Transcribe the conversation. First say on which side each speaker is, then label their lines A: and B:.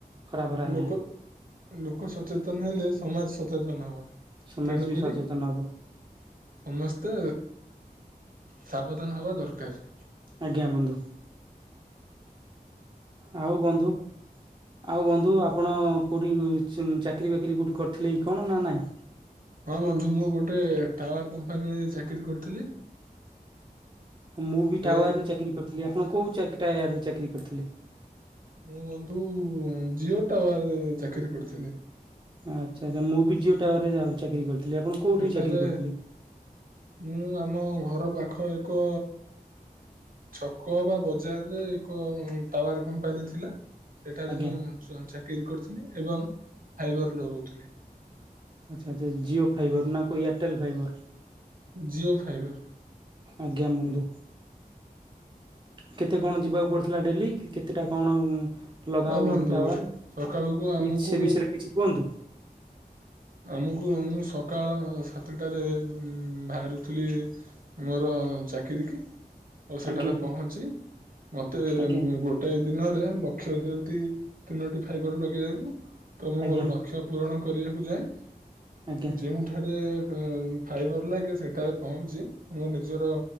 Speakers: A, on the right; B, on the right.
A: ଖରା ଫରା
B: ଲୋକ
A: ହେଲେ
B: ଲୋକ ସଚେତନ ହେଲେ ସମାଜ ସଚେତନ ହବ।
A: ସମାଜ
B: ତେଣୁକରି
A: ବି ସଚେତନ ହବ।
B: ସମସ୍ତେ ସାବଧାନ ହବା ଦରକାର।
A: ଆଜ୍ଞା ବନ୍ଧୁ। ଆଉ ବନ୍ଧୁ ଆଉ ବନ୍ଧୁ ଆପଣ କେଉଁଠି ଚାକିରିୀ ବାକିରି କେଉଁଠି କରିଥିଲେ କଣ ନା ନାହିଁ?
B: ହଁ ବନ୍ଧୁ ମୁଁ ଗୋଟେ ଟାୱାର କମ୍ପାନୀରେ ଚାକିରି କରିଥିଲି
A: ମୁଁ ବି
B: ସେ
A: ଟାୱାର ରେ ଚାକିରି କରିଥିଲି ଆପଣ କୋଉ ଟାୟାର ରେ ଚାକିରି କରିଥିଲେ?
B: ମୁଁ ବନ୍ଧୁ ଜିଓ ଟାୱାର ଚାକିରି କରିଥିଲି।
A: ଆଚ୍ଛା ଆଚ୍ଛା ମୁଁ ବି ଜିଓ ଟାୱାରରେ ଚାକିରି କରିଥିଲି ଆପଣ କୋଉଠି
B: ସେଠାରେ
A: ଚାକିରି କରିଥିଲେ
B: ମୁଁ ଆମ ଘର ପାଖ ଏକ ଛକ ବା ବଜାରରେ ଏକ ଟାୱାର କମ୍ପାନୀ ଥିଲା। ସେଠାରେ
A: ଆଜ୍ଞା?
B: ମୁଁ ଚାକିରି କରିଥିଲି ଏବଂ ଫାଇବର ଲଗଉଥିଲି।
A: ଆଚ୍ଛାା ଜିଓ ଫାଇବର ନା କ ଏୟାରଟେଲ ଫାଇବର?
B: ଜିଓ ଫାଇବର୍।
A: ଆଜ୍ଞା ବନ୍ଧୁ। କେତେ କଣ ଯିବାକୁ ପଡିଥିଲା ଡେଲି କେତେଟା କଣ? ଲଗାଉ
B: ହଁ ବନ୍ଧୁ
A: ଟାୱାର କି
B: ସକାଳକୁ ଆମକୁ
A: ସେ ବିଷୟରେ କିଛି କୁହନ୍ତୁ
B: ଆମକୁ ମୁଁ ସକାଳ ସାତଟାରେ ବାହାରୁଥିଲି ମୋର ଚାକିର କି ଆଉ ସେଠାରେ
A: ଆଜ୍ଞା
B: ପହଞ୍ଚି ମତେ ଗୋଟେ
A: ଆଜ୍ଞା
B: ଗୋଟେ ଦିନରେ ଲକ୍ଷ୍ୟ ଦିଅନ୍ତି ତିନୋଟି ଫାଇବର ଲଗେଇଦକୁ ତ ମୁଁ
A: ଆଜ୍ଞା
B: ମୋର ଶିକ୍ଷା ପୂରଣ କରିବାକୁ ଯାଏଁ।
A: ଆଜ୍ଞା।
B: ଯେଉଁଠାରେ ଫାଇବର ଲାଗେ ସେଠାରେ ପହଞ୍ଚି ମୋ ନିଜର